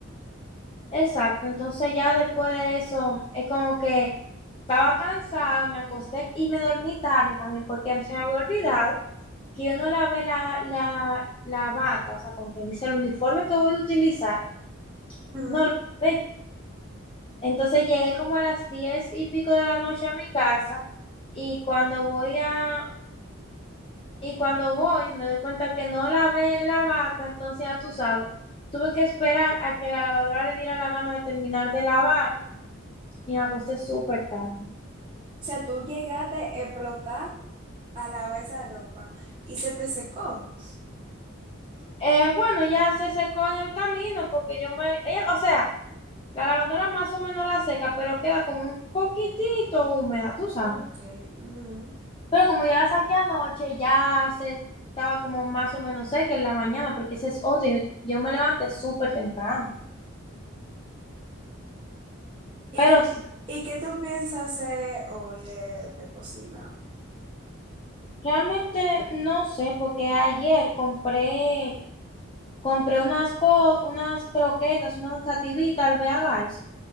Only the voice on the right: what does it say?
Ujú.
O sea, tú llegaste a explotar a lavar esa ropa y se te secó.
Ok. ujú.
¿Y
qué,
y qué tú piensas hacer hoy de, de cocina?